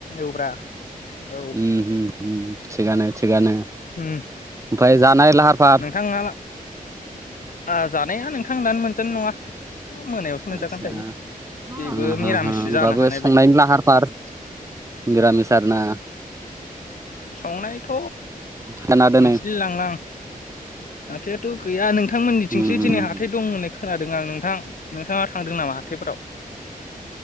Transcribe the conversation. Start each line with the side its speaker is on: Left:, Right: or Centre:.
Left: औब्रा औ
Right: उम-उम-उम थिगानो। थिगानो।
Left: उम
Right: ओमफाय जानाय लाहार फाहार
Left: नोंथाङा आ जानाया नोंथां दानो मोनजानाय नङा। मोनायावसो मोनजागोन
Right: आतसा
Left: दायो बेबो
Right: उम हुम-हुम
Left: मिरामिससो
Right: होमबाबो
Left: जानो हानाय
Right: संनायनि
Left: बे
Right: लाहार फाहार मिरामिस आरना।
Left: संनायथ'
Right: खोनादोनो
Left: मिथिलायलांला आं। हाथाइआथ' गैया नोंथांमोननिथिंसो
Right: उम होम
Left: दिनै हाथाइ दं होननाय खोनादों आं नोंथां नोंथाङा थांदों नामा हाथायफोराव?